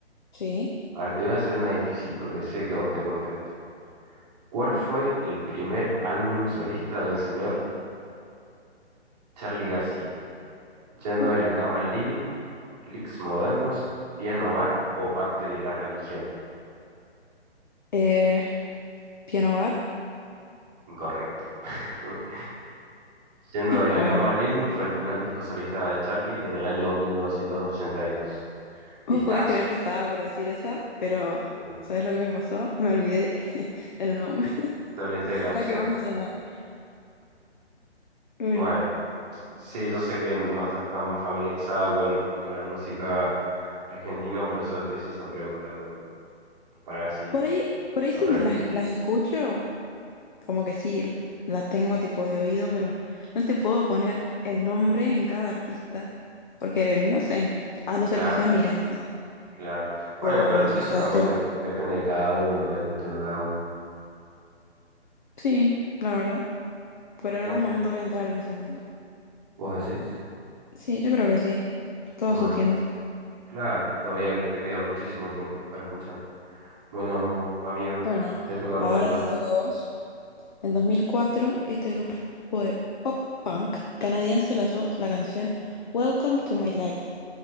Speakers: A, on the left; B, on the right.
A: Sí.
B: Ahora te voy a hacer una difícil porque sé que a vos te cuesta esto. ¿Cuál
A: Uh,
B: fue el primer álbum solista del señor Charly García? ¿Yendo
A: uh.
B: de la cama al living, clics modernos, piano bar o parte de la religión?
A: Eh, Piano Bar.
B: Incorrecto. <laughs> Yendo de la
A: Bueno,
B: cama al living fue el primer disco solista de Charly en el año mil novecientos ochenta y dos
A: <laughs>
B: Discazo.
A: vos podés creer que estaba por decir esa, pero
B: Mira,
A: ¿sabes lo que me pasó? Me olvidé <laughs> el nombre, <laughs>
B: te olvidaste de la opción.
A: la que más me sonaba. Bueno,
B: Bueno, sí, yo sé que no estás tan familiarizado con, con la música argentina, por eso te hice esa pregunta, como para ver si
A: por ahí, por ahí
B: aprendías.
A: sí me las, las escucho, como que sí, la tengo tipo de oído, pero no te puedo poner el nombre en cada artista, porque no sé, a no
B: Claro,
A: ser que sea Miranda
B: claro. Bueno,
A: o
B: pero
A: no sé,
B: eso
A: Soda
B: también
A: Stereo.
B: de- depende de cada uno, del gusto de cada uno.
A: Sí, la verdad. Pero en
B: ¿Vos,
A: algún momento voy a entrar en ese mundo.
B: vos decís?
A: Sí, yo creo que sí. Todo
B: Bueno,
A: a su tiempo.
B: claro, todavía te queda muchísimo tiempo para escuchar. Bueno, amiga,
A: Bueno,
B: te toca
A: ahora
B: preguntar.
A: te toca a vos. En 2004, este grupo de pop punk canadiense lanzó la canción Welcome to My Life,